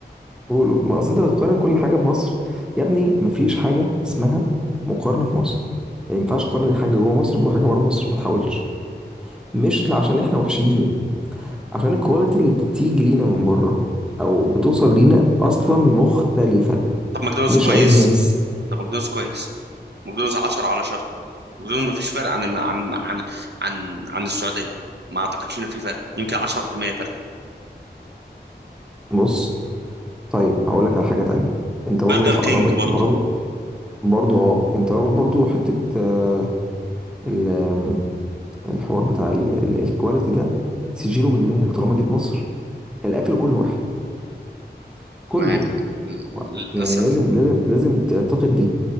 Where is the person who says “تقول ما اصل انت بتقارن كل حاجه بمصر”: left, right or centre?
Centre